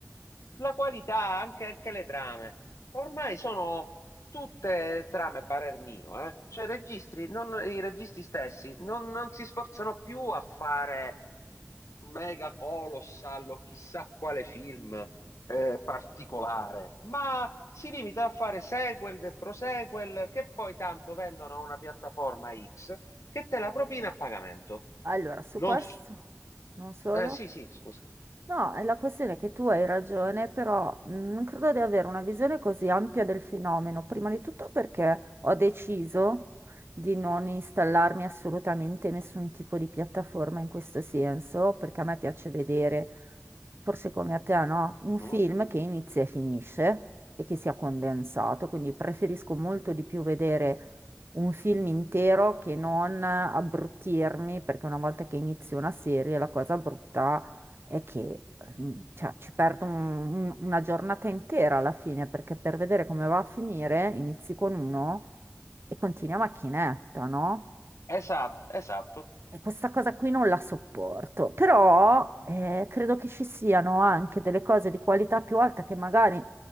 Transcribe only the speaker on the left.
la qualità, anche, anche le trame, ormai sono tutte trame, parer mio, eh. Cioè, i registri, non- i registi stessi non, non si sforzano più a fare mega colossal o chissà quale film eh, particolare, ma si limita a fare sequel e prosequel che poi tanto vendono a una piattaforma X che te la propina a pagamento.
Non
s-
eh, sì, sì, scusa.
Mhm.
Esatto, esatto.